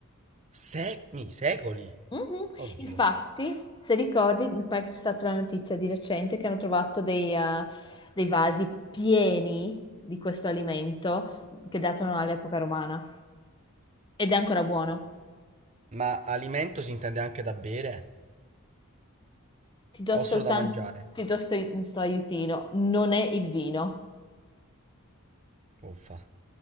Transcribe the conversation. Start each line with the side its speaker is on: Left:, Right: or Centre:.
Right: Secmi, secoli.
Left: Mhm.
Right: Oddio.
Left: Infatti, se ricordi, mi pare che c'è stata la notizia di recente che hanno trovato dei, eh, dei vasi pieni di questo alimento che datano all'epoca romana ed è ancora buono.
Right: Ma alimento si intende anche da bere?
Left: Ti do
Right: O
Left: soltanto,
Right: solo da mangiare?
Left: ti do sto, un sto aiutino, non è il vino.
Right: Uffa.